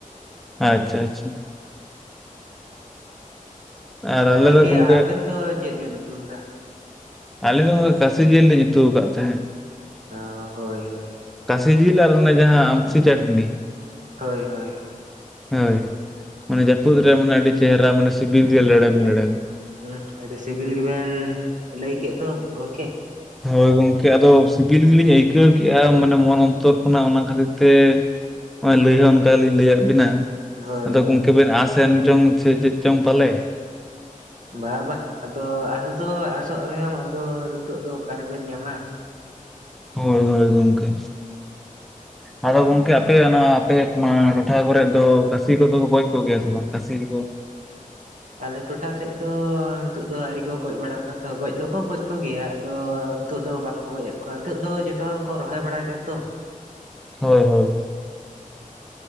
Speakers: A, in the centre; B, on the right (about 65°).
A: ᱟᱪᱪᱷᱟ ᱟᱪᱪᱷᱟ ᱟᱨ ᱟᱞᱮ
B: ᱜᱚᱢᱠᱮ
A: ᱫᱚ ᱜᱚᱝᱠᱮ
B: ᱟᱵᱮᱱ ᱫᱚ ᱪᱮᱫ ᱵᱮᱱ ᱩᱛᱩ ᱞᱮᱫᱟ?
A: ᱟᱞᱤᱧ ᱫᱚ ᱱᱚᱠᱟ ᱠᱟᱥᱤ ᱡᱤᱞᱤᱧ ᱩᱛᱩ ᱟᱠᱟᱫ ᱛᱟᱦᱮᱸᱫ ᱾
B: ᱚ ᱦᱳᱭ ᱦᱳᱭ ᱾
A: ᱠᱟᱥᱤ ᱡᱤᱞ ᱟᱨ ᱚᱱᱟ ᱡᱟᱦᱟᱸ ᱟᱢᱥᱤ ᱪᱟᱹᱴᱱᱤ ᱾
B: ᱦᱳᱭ ᱦᱳᱭ
A: ᱦᱳᱭ ᱢᱟᱱᱮ ᱡᱟᱹᱯᱩᱛ ᱨᱮ ᱢᱟᱱᱮ ᱟᱹᱰᱤ ᱪᱮᱦᱨᱟ ᱢᱟᱱᱮ ᱥᱤᱵᱤᱞ ᱜᱮ ᱞᱮᱬᱮᱢ ᱞᱮᱬᱮᱢ ᱾
B: ᱦᱚᱸ ᱟᱹᱰᱤ ᱥᱤᱵᱤᱞ ᱜᱮᱵᱮᱱ ᱞᱟᱹᱭ ᱠᱮᱫ ᱫᱚ ᱜᱚᱢᱠᱮ ᱾
A: ᱦᱳᱭ ᱜᱚᱢᱠᱮ ᱟᱫᱚ ᱥᱤᱵᱤᱞ ᱜᱮᱞᱤᱧ ᱟᱹᱭᱠᱟᱹᱣ ᱠᱮᱜᱼᱟ ᱾ ᱢᱟᱱᱮ ᱢᱚᱱ ᱚᱱᱛᱚᱨ ᱠᱷᱚᱱᱟᱜ ᱚᱱᱟ ᱠᱷᱟᱹᱛᱤᱨ ᱛᱮ ᱾ ᱱᱚᱜᱚᱭ ᱞᱟᱹᱭ ᱦᱚᱸ ᱚᱱᱠᱟ ᱞᱤᱧ ᱞᱟᱹᱭᱟᱫ ᱵᱤᱱᱟ,
B: ᱦᱳᱭ
A: ᱟᱫᱚ
B: ᱦᱳᱭ
A: ᱜᱚᱝᱠᱮ
B: ᱦᱳᱭ
A: ᱵᱮᱱ ᱟᱥ ᱮᱱ ᱪᱚᱝ ᱪᱮᱫ ᱪᱮᱫ ᱪᱚᱝ ᱯᱟᱞᱮ?
B: ᱵᱟᱵᱟ ᱟᱫᱚ ᱟᱥ ᱫᱚ ᱟᱥᱚᱜ ᱨᱮᱦᱚᱸᱢ ᱟᱫᱚ ᱱᱤᱛᱚᱜ ᱫᱚ ᱚᱠᱟᱨᱮᱵᱮᱱ ᱧᱟᱢᱟ!
A: ᱦᱳᱭ ᱦᱳᱭ ᱜᱚᱢᱠᱮ ᱟᱫᱚ ᱜᱚᱝᱠᱮ ᱟᱯᱮ ᱚᱱᱟ ᱟᱯᱮ ᱴᱚᱴᱷᱟ ᱠᱚᱨᱮᱫ ᱫᱚ ᱠᱟᱹᱥᱤ ᱠᱚᱫᱚ ᱠᱚ ᱜᱚᱡ ᱠᱚᱜᱮᱭᱟ ᱥᱮ ᱵᱟᱝ ᱠᱟᱹᱥᱤ ᱠᱚ?
B: ᱟᱞᱮ ᱴᱚᱴᱷᱟ ᱥᱮᱫ ᱫᱚ ᱱᱤᱛᱚᱜ ᱫᱚ ᱟᱹᱣᱨᱤ ᱠᱚ ᱜᱚᱡ ᱵᱟᱲᱟ ᱠᱚ ᱛᱚ ᱾ ᱜᱚᱡ ᱫᱚᱠᱚ ᱜᱚᱡ ᱠᱚᱜᱮᱭᱟ ᱟᱫᱚ! ᱱᱤᱛᱚᱜ ᱫᱚ ᱵᱟᱝᱠᱚ ᱜᱚᱡᱮᱫ ᱠᱚᱣᱟ ᱱᱤᱛᱚᱜ ᱫᱚ ᱡᱚᱛᱚ ᱦᱚᱲ ᱠᱚ ᱨᱚᱦᱚᱭ ᱵᱟᱲᱟᱭᱮᱫᱟ ᱛᱚ ᱾
A: ᱦᱳᱭ ᱦᱳᱭ